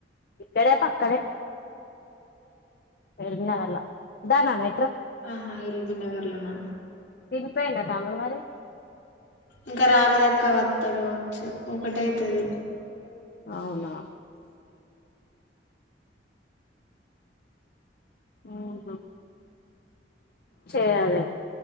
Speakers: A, on the left; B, on the left.
A: ఇక్కడే పక్కనే ఎలబీనగరల్ల దానాన్న ఇత్ర
B: ఆహా ఎల్బి నగర్ లోన్నా
A: తిరుపెండ తమ్ముడు మరి
B: ఇంకా రాలేదక్క వత్తాడు కావచ్చు ఒకటైతుది
A: అవునా ఉహు చేయ అదే